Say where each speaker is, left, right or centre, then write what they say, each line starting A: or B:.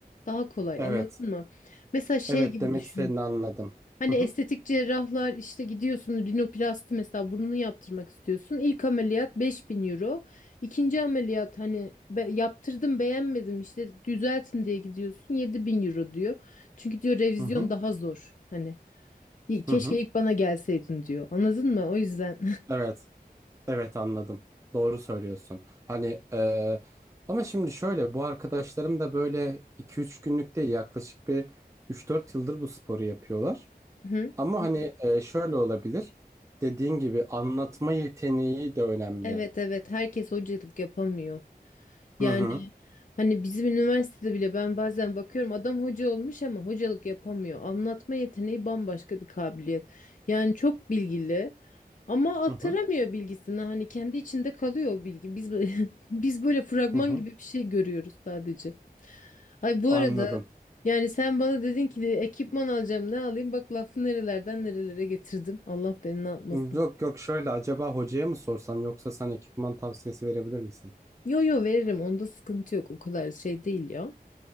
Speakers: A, on the left; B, on the right.
A: daha kolay
B: evet
A: anladın mı? Mesela şey
B: evet
A: gibi
B: demek
A: düşün.
B: istediğini anladım.
A: Hani
B: Hı
A: estetik
B: hı,
A: cerrahlar işte gidiyorsun rinoplasti mesela burnunu yaptırmak istiyorsun. İlk ameliyat 5000 euro. İkinci ameliyat hani be- yaptırdım beğenmedim işte düzeltin diye gidiyorsun 7000 euro diyor. Çünkü diyor revizyon
B: hı hı,
A: daha zor. Hani "İyi, keşke
B: hı hı,
A: ilk bana gelseydin diyor. Anladın mı? O yüzden.
B: evet. Evet anladım. Doğru söylüyorsun. Hani eee, ama şimdi şöyle bu arkadaşlarım da böyle iki üç günlük değil yaklaşık bir üç dört yıldır bu sporu yapıyorlar.
A: <laughs>
B: Ama
A: Hı
B: hani
A: hı.
B: eee, şöyle olabilir. Dediğin gibi anlatma yeteneği de önemli.
A: Evet evet herkes hocalık yapamıyor. Yani
B: Hı hı
A: hani bizim üniversitede bile ben bazen bakıyorum adam hoca olmuş ama hocalık yapamıyor. Anlatma yeteneği bambaşka bir kabiliyet. Yani çok bilgili ama aktaramıyor
B: hı hı
A: bilgisini. Hani kendi içinde kalıyor o bilgi. Biz bö- <laughs> biz böyle fragman
B: hı hı.
A: gibi bir şey görüyoruz sadece. Ay bu
B: Anladım.
A: arada yani sen bana dedin ki ekipman alacağım ne alayım bak lafı nerelerden nerelere getirdim. Allah beni ne yapmasın.
B: Yok yok şöyle acaba hocaya mı sorsam yoksa sen ekipman tavsiyesi verebilir misin?
A: Yo yo veririm onda sıkıntı yok o kadar şey değil ya.